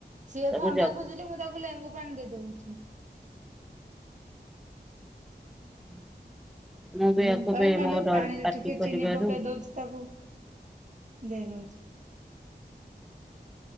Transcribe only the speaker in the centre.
ସବୁ
ଜ
<inaudible> ବି
ୟାକୁ
ବି
ମୋ ଡର
ପାଟି
କରିବାରୁ